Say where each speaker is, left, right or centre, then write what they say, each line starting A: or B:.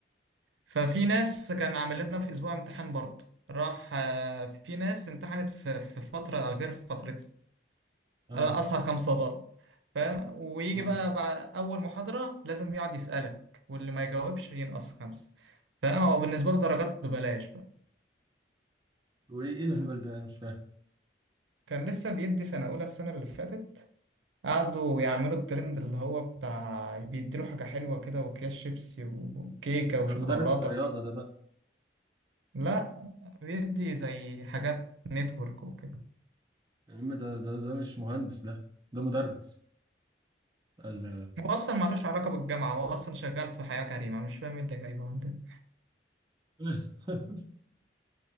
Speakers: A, on the right; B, on the right.
A: ففي ناس كان عامل لنا في أسبوع امتحان برضه راح آه، في ناس امتحنت في في فترة غير فترتها
B: اه
A: انا اصحى خمسة ضرب فاهم ويجي
B: اه
A: بقى بعد اول محاضرة لازم يقعد يسألك واللي ما يجاوبش ينقص خمسة فاهم هو بالنسبة له درجات ببلاش بقى
B: وايه ايه الهبل ده أنا مش فاهم
A: كان لسه بيدي سنة أولى السنة اللي فاتت قعدوا يعملوا الترند اللي هو بتاع بيديله حاجة حلوة كده وأكياس شيبسي وكيكة
B: ده
A: وشوكولاتة
B: مدرس رياضه ده بقى
A: لا بيدي زي حاجات نتورك وكده
B: يا عم ده ده ده مش مهندس ده ده مدرس ال
A: هو أصلا ملوش علاقة بالجامعة هو أصلا شغال في حياة كريمة مش فاهم إيه اللي جايبه عندنا
B: <laughs>